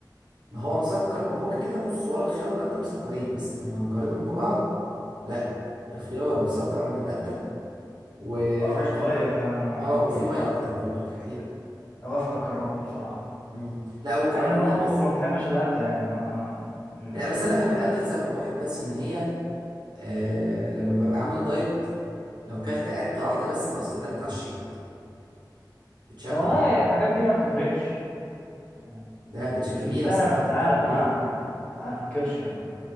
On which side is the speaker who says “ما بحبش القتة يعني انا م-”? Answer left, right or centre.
Left